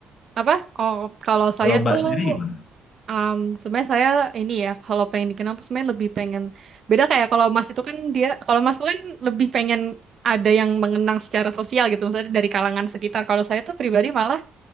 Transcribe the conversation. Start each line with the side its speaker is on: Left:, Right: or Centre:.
Right: apa? Oh, kalau saya
Left: Kalau Mbak
Right: tuh
Left: sendiri gimana?
Right: um, sebenarnya saya ini ya kalau pengen dikenal tuh sebenarnya lebih pengen beda kayak kalau Mas itu kan dia kalau Mas itu kan lebih pengen ada yang mengenang secara sosial gitu, misalnya dari kalangan sekitar. Kalau saya tuh pribadi malah